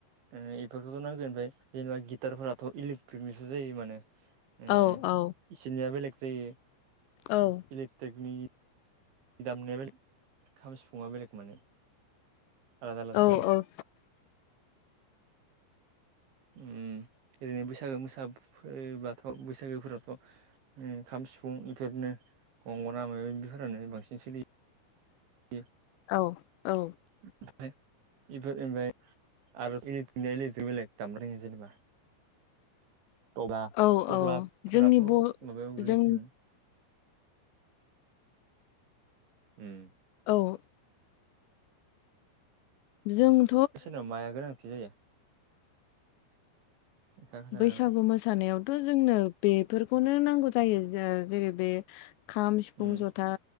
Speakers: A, on the right; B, on the left.
A: बेफोरखौथ' नांगोन ओमफ्राय जेनेबा गिटारफोराथ' इलेकट्रिकनिसो जायो माने। उ
B: औ औ
A: इसोरनिया बेलेग जायो।
B: औ।
A: दिसट्रिकनि दामनाया बेलेग खाम सिफुा बेलेग माने। आलादा आलादा
B: औ
A: जायोना
B: औ।
A: ओ ओरैनो बैसागो मोसाबाथ' बैसागोफोरावथ' खाम सिफुं बेफोरनो गंगना माबा माबि फोरानो बांसिन सोलियो। बे
B: औ औ।
A: ओमफ्राय बेफोर ओमफ्राय आरो बेलेकनिफ्राय बेलेक दामनाय जायो जेनेबा। तब्ला
B: औ
A: तब्लाफोराथ'
B: औ जोंनि
A: माबायाव
B: ब
A: गोग्लैसिगोन।
B: जों
A: ओं।
B: औ। जों
A: सोरनाव माया गोनांथि जायो? नोंथाङा खोन्थानो
B: बैसागु
A: हागोन नामा
B: मोसानायावथ' जोंनो बेफोरखौनो नांगौ जायो। जेरै बे खाम, सिफुं,
A: उम
B: जथा